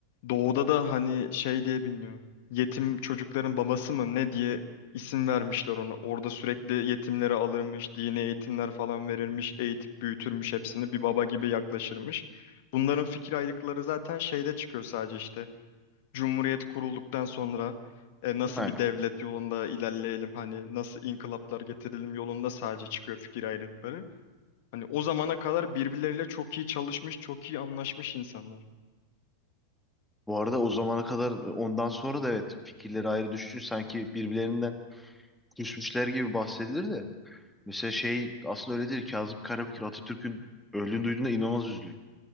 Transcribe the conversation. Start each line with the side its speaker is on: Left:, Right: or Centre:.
Left: doğuda da hani şey diye biliniyor. Yetim çocukların babası mı ne diye isim vermişler ona. Orada sürekli yetimleri alırmış, dini eğitimler falan verirmiş, eğitip büyütürmüş hepsini bir baba gibi yaklaşırmış. Bunların fikir ayrılıkları zaten şeyde çıkıyor sadece işte. Cumhuriyet kurulduktan sonra e, nasıl
Centre: Aynen.
Left: bir devlet yolunda ilerleyelim hani nasıl inkılaplar getirelim yolunda sadece çıkıyor fikir ayrılıkları. Hani o zamana kadar birbirleriyle çok iyi çalışmış, çok iyi anlaşmış insanlar.
Centre: Bu arada o zamana kadar ondan sonra da evet fikirleri ayrı düşünce sanki birbirlerinden küsmüşler gibi bahsedilir de. Mesela şey aslında öyle değil. Kazım Karabekir Atatürk'ün öldüğünü duyduğunda inanılmaz üzülüyor.